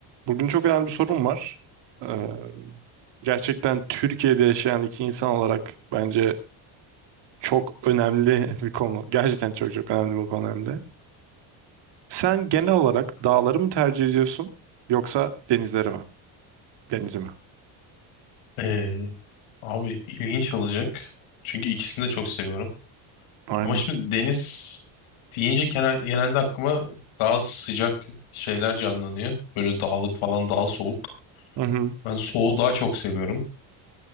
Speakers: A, on the right (about 60°); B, on the left (about 80°).
A: Bugün çok önemli bir sorun var. Ee, gerçekten Türkiye'de yaşayan iki insan olarak bence çok önemli <laughs> bir konu. Gerçekten çok çok önemli bir konu hem de. Sen genel olarak dağları mı tercih ediyorsun yoksa denizleri mi? Denizi mi?
B: Ee, abi ilginç olacak. Çünkü ikisini de çok seviyorum.
A: Aynen.
B: Ama şimdi deniz deyince genel, genelde aklıma daha sıcak şeyler canlanıyor. Böyle dağlık falan daha soğuk.
A: Hı hı.
B: Ben soğuğu daha çok seviyorum.